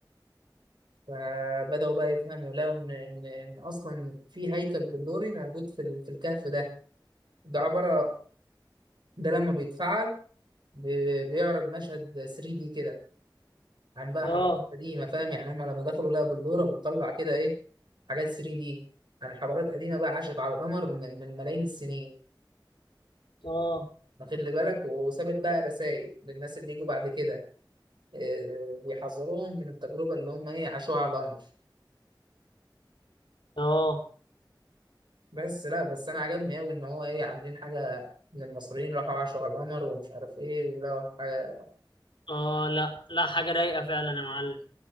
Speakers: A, on the right; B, on the left.
A: فبدأوا بقى يفهموا لقوا إن إن إن أصلا في هيكل بلوري موجود في ال- في الكهف ده ده عبارة ده لما بيتفعل بي- بيعرض مشهد 3 دي كده عن بقى
B: اه
A: حضارات قديمه فاهم يعني هم لما دخلوا لقوا بلوره بتطلع كده ايه حاجات 3 دي عن حضارات قديمه بقى عاشت على القمر من من ملايين السنين
B: اه
A: واخد لي بالك وسابت بقى رسائل للناس اللي يجوا بعد كده إيه، بيحذروهم من التجربه اللي هم ايه عاشوها على القمر
B: اه
A: بس لا بس انا عجبني قوي ان هو ايه عاملين حاجه ان المصريين راحوا عاشوا على القمر ومش عارف ايه ولقوا حاجه
B: اه لا لا حاجة رايقة فعلا يا معلم